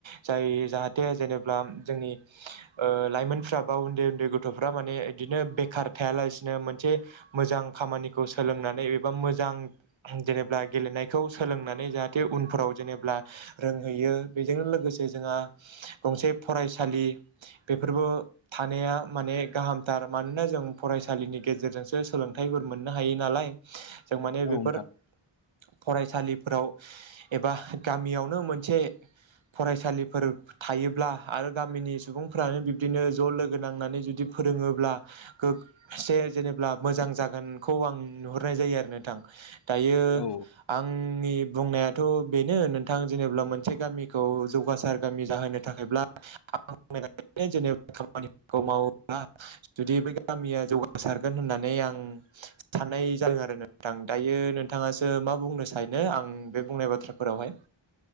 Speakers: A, on the right (about 75°); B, on the left (about 60°).
A: जायो जाहाथे जेनेबा जोंनि ओ लाइमोनफ्रा बा उन्दै उन्दै गथ'फ्रा माने बिदिनो बेखार थायालासिनो मोनसे मोजां खामानिखौ सोलोंनानै एबा मोजां जेनेबा गेलेनायखौ सोलोंना नै जाहाथे उनफोराव जेनेब्ला रोंहैयो बेजोंनो लोगोसे जोंहा गंसे फरायसालि बेफोरबो थानाया माने गाहामथार मानोना जों फरायसालिनि गेजेरजोंसो सोलोंथाइफोर मोननो हायो नालाय जों माने
B: औ
A: बेफोर
B: नोंथां
A: फरायसालिफोराव एबा गामियावनो मोनसे फरायसालिफोर थायोब्ला आरो गामिनि सुबुंफ्रानो बिब्दिनो ज' लोगो नांनानै जुदि फोरोङोब्ला गो से जेनेबा मोजां जागोनखौ आं नुहुरनाय जायो आरो नोंथां दायो
B: औ
A: आंनि बुंनायाथ' बेनो नोंथां जेनेबा मोनसे गामि खौ जौगासार गामि जाहोनो थाखायब्ला <unintelligible> जेनेबा खामानिफोरखौ मावोब्ला जुदि बै गामिया जौगासारगोन होननानै आं साननाय जादों आरो नोंथां दायो नोंथाङासो मा बुंनो सानो आं बे बुंनाय बाथ्राफोरावहाय